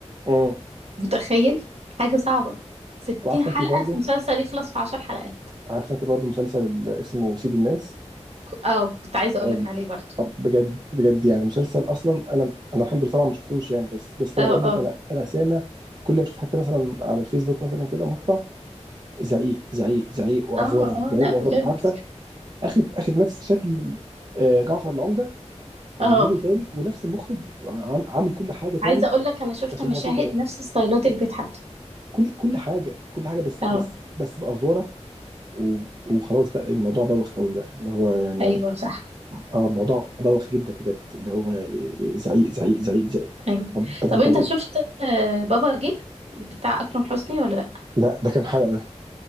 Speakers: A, on the right (about 40°); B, on the right (about 60°).
A: مم.
B: متخيل حاجة صعبة ستين
A: وعارفة
B: حلقة
A: أنت برضو
B: في مسلسل يخلص في عشر حلقات
A: عارفة أنت برضو مسلسل ال- اسمه سيد الناس
B: ك- اه كنت عايزة اقولك
A: آه،
B: عليه برضو
A: بجد بجد يعني مسلسل أصلا أنا أنا الحمد لله طبعا ما شفتوش يعني بس بس أنا
B: اه
A: بقول لك
B: اه
A: أنا أنا سامع كل ما أشوف حتى مثلا على الفيسبوك مثلا كده مقطع زعيق زعيق زعيق وأفورة
B: اه اه
A: زعيق
B: لا
A: وأفورة
B: بجد
A: عارفة أخد أخد نفس شكل آه، جعفر العمدة عاملينه
B: اه
A: تاني ونفس المخرج عام- عامل كل حاجة تاني
B: عايزة اقولك انا شفت
A: بس
B: مشاهد
A: هم ممثلين تانيين
B: نفس ستايلات البيت حتى
A: كل كل حاجه كل حاجه بس
B: اه
A: بس بس بافوره و- وخلاص بقى الموضوع بوخ قوي بقى اللي هو يعني
B: ايوه صح
A: اه الموضوع بوخ جدا بجد اللي هو زعيق زعيق زعيق زعيق
B: ايوه
A: طب طب
B: طب انت
A: طب إيه؟
B: شفت آه، بابا جه بتاع اكرم حسني ولا لا
A: لا ده كام حلقة ده